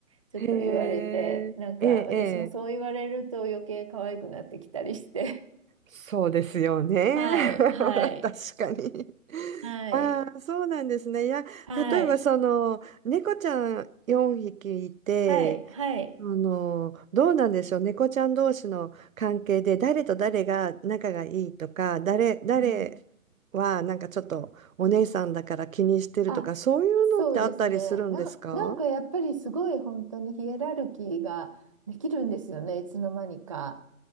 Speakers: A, on the right (about 25°); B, on the right (about 70°).
A: ちょっと言われて、
B: へえ、
A: なんか私もそう言われると余計可愛くなってきたりして。
B: ええ、ええそうですよね。
A: <laughs> はい、はい、
B: <laughs> 確かに。
A: はい、
B: ああ、そうなんですね。いや、
A: はい、
B: 例えばその、猫ちゃん4匹いて、
A: はい、はい。
B: あの、どうなんでしょう。猫ちゃん同士の関係で、誰と誰が仲がいいとか、誰、誰はなんかちょっとお姉さんだから気にしてるとか、
A: うんあ、
B: そういうのってあったりするんですか
A: そうですね。な、なんかやっぱりすごい本当にヒエラルキーができるんですよね、いつの間にか。